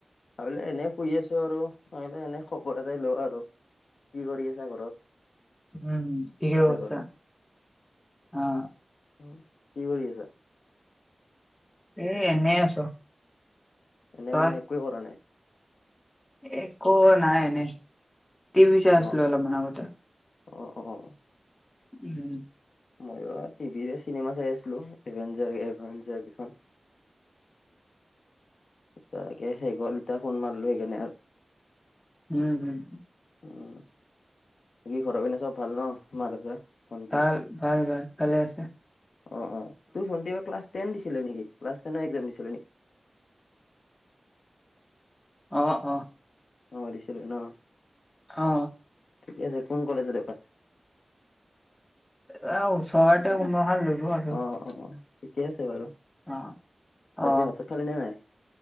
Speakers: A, on the left; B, on the left.
A: ভাবিলো এনে শুই আছো আৰু, ভাবিলো এনে খবৰ এটাই লওঁ আৰু। কি কৰি আছা ঘৰত?।
B: উম, ঠিকে
A: তাতে
B: কৰিছা।
A: বাৰু
B: অ
A: উম, কি কৰি আছা?।
B: এ, এনে আছো।
A: এনেই
B: তই
A: মানে, একোৱে কৰা নাই।
B: একো নাই এনে, টি ভী চাই
A: অ
B: আছিলো অলপমান
A: অ
B: আগতে।
A: অ', অ।
B: <unintelligible>
A: ময়ো টিভিৰে চিনেমা চাই আছিলো, এভেঞ্জাৰ-এভেঞ্জাৰ গিখন। তাকে সেষ হল এতিয়া ফোন মাৰলো সেইকাৰণনে আৰু।
B: উম, হুম।
A: উম, বাকি ঘৰৰ পিনে চব ভাল ন, মাৰ দেউতাৰ। ভণ্টী,
B: ভাল ভাল ভাল ভালে আছে
A: অ', অ', তোৰ ভন্টি এইবাৰ ক্লাছ টেন দিছি ছিলে নেকি, ক্লাছ টেন এক্জাম দিছিলে নি।
B: অ', অ।
A: অ', দিছিলে ন।
B: অ।
A: ঠিকে আছে, কোন কলেছজত এইবাৰ?।
B: <unintelligible>
A: <unintelligible>
B: কোনোবা এখন ললো আৰু
A: অ', অ'। ঠিকে আছে বাৰু,
B: অ অ
A: বাকী ভাত-চাত খালী নে নাই?।